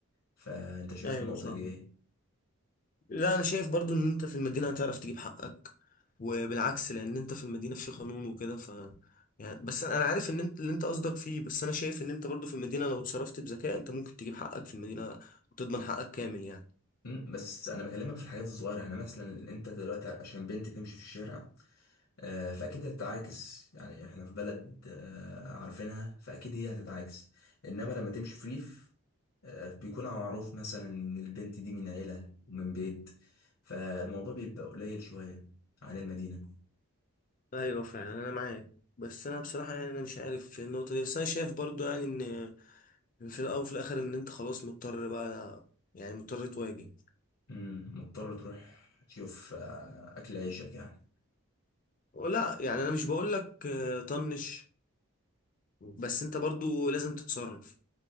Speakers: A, on the left (about 70°); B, on the left (about 35°).
A: فانت شايف
B: ايوه
A: النقطه
B: فاهم
A: دي ايه
B: لا انا شايف برضو ان انت في المدينه هتعرف تجيب حقك وبالعكس لان انت في المدينه في قانون وكده ف يعني بس انا عارف ان انت اللي انت قصدك فيه بس انا شايف ان انت برضو في المدينه لو اتصرفت بذكاء انت ممكن تجيب حقك في المدينه وتضمن حقك كامل يعني
A: أمم، بس انا بكلمك في الحاجات الصغيره يعني مثلا انت دلوقتي عشان بنت تمشي في الشارع آه، فاكيد هتتعاكس يعني احنا في بلد آه، عارفينها فاكيد هي هتتعاكس انما لما تمشي في ريف آه، بيكون معروف مثلا ان البنت دي من عيله ومن بيت فالموضوع بيبقى قليل شويه عن المدينه
B: ايوه فعلا انا معاك بس انا بصراحه يعني انا مش عارف في النقطه دي بس انا شايف برضو يعني ان إن في الاول وفي الاخر ان انت خلاص مضطر بقى يعني مضطر تواجه
A: امم مضطر تروح تشوف آه، اكل عيشك يعني
B: لا يعني انا مش بقول لك آه، طنش بس انت برضو لازم تتصرف